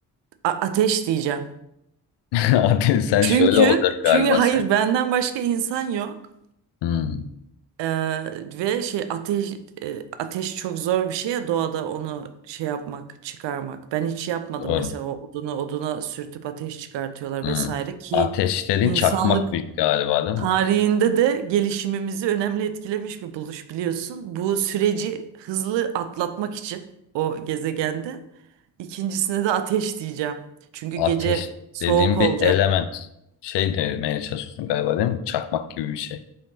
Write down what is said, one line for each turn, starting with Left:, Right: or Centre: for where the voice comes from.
Right: a- ateş diyeceğim.
Left: <laughs> Abi sen
Right: Çünkü
Left: şöyle olacak galiba
Right: çünkü hayır
Left: sen.
Right: benden başka insan yok.
Left: Hmm.
Right: Eee, ve şey ateş e, ateş çok zor bir şey ya doğada onu şey yapmak çıkarmak. Ben hiç yapmadım
Left: Doğru.
Right: mesela o odunu oduna sürtüp ateş çıkartıyorlar
Left: Hmm.
Right: vesaire ki
Left: Ateşlerin
Right: insanlık
Left: çakmak bir galiba değil
Right: tarihinde
Left: mi?
Right: de gelişimimizi önemli etkilemiş bir buluş biliyorsun. Bu süreci hızlı atlatmak için o gezegende ikincisine de ateş diyeceğim. Çünkü
Left: Ateş
Right: gece soğuk
Left: dediğim
Right: olacak.
Left: bir element. Şey demeye çalışıyorsun galiba değil mi? Çakmak gibi bir şey.